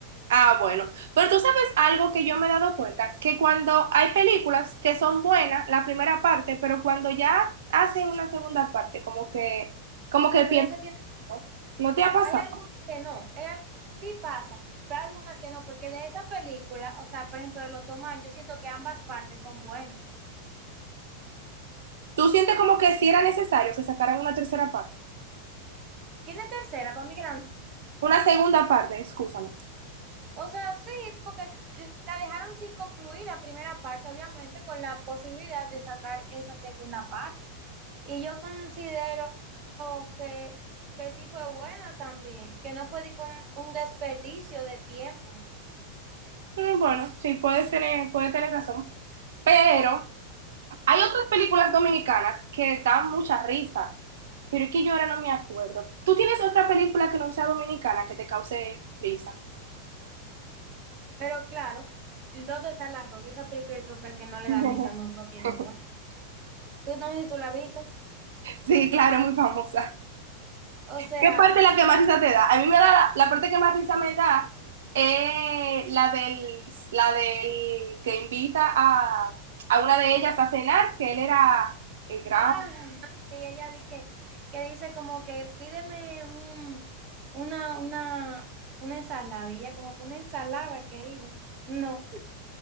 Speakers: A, on the right (about 60°); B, on the right (about 35°).
A: Ah, bueno. Pero tú sabes algo que yo me he dado cuenta, que cuando hay películas que son buenas, la primera parte, pero cuando ya hacen una segunda parte, como que, como que
B: Pero
A: pierden.
B: esa tiene
A: ¿No te ha pasado?
B: Hay algunas que no, eh, sí pasa, pero hay algunas que no, porque de esa película, o sea, por ejemplo, de Lo Toman, yo siento que ambas partes son buenas.
A: ¿Tú sientes como que sí era necesario que sacaran una tercera parte?
B: ¿Quién es tercera para mí Grando?
A: Una segunda parte, excúsame.
B: O sea, sí, porque la dejaron sin concluir la primera parte, obviamente, con la posibilidad de sacar esa segunda parte. Y yo considero que, que sí fue buena también, que no fue de que un, un desperdicio de tiempo.
A: Mm, Bueno, sí, puedes tener, puedes tener razón. Pero hay otras películas dominicanas que dan mucha risa, pero es que yo ahora no me acuerdo. ¿Tú tienes otra película que no sea dominicana que te cause risa?
B: Pero claro, ¿dónde está la rubia? Esa película yo creo que el que no le
A: <laughs>
B: da risa no, no tiene
A: <laughs>
B: humor. Tú no sé si tú la has visto.
A: Sí, claro, muy famosa.
B: O sea,
A: ¿Qué parte es la que más risa te da? A mí me da la, la parte que más risa me da es la del, la del que invita a, a una de ellas a cenar, que él era el gran...
B: ah, y ella di que, que le dice como que pídeme un, una, una, una ensalada. Y ella como que una ensalada, querido. No,